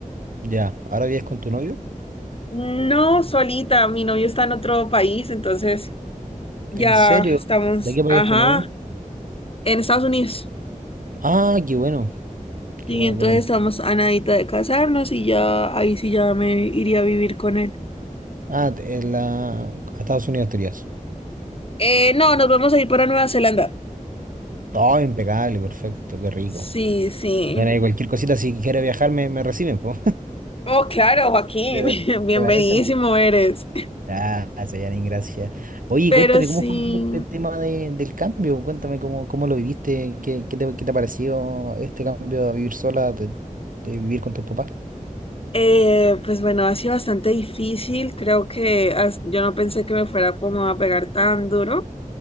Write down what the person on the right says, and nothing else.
Ya, ¿ahora vives con tu novio?
¿En serio?
¿De qué país
es tu novio?
Ah, qué bueno,
qué bueno,
qué bueno.
Ah, te- en la... a Estados Unidos te irías.
Oh, impecable, perfecto, qué rico.
Bueno, y cualquier cosita, si quieres viajar, me, me reciben, po.
<laughs> ¿Te,
te parece?
Gracias, Yanin, gracias. Oye,
cuéntame,
¿cómo fue <laughs> este tema de- del cambio? Cuéntame cómo, cómo lo viviste, qué, qué te, qué te ha parecido este cambio de vivir sola, de, de vivir con tus papás.